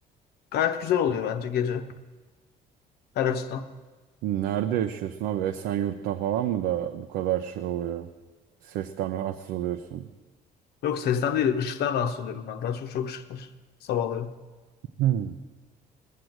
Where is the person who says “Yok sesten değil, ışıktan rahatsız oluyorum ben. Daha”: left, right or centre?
Left